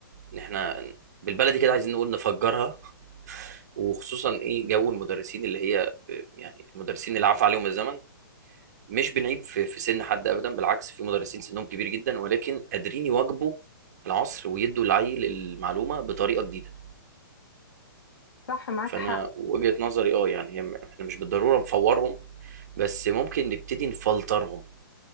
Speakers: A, on the right (about 45°); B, on the left (about 80°).
A: ان احنا بالبلدي كده عايزين نقول نفجرها وخصوصا ايه جو المدرسين اللي هي يعني المدرسين اللي عفى عليهم الزمن مش بنعيب في في سن حد ابدا بالعكس في مدرسين سنهم كبير جدا ولكن قادرين يواكبوا العصر ويدوا العيل المعلومه بطريقه جديده
B: صح معاك
A: فانا
B: حق
A: وجهه نظري اه يعني هي- احنا مش بالضروره نفورهم بس ممكن نبتدي نفلترهم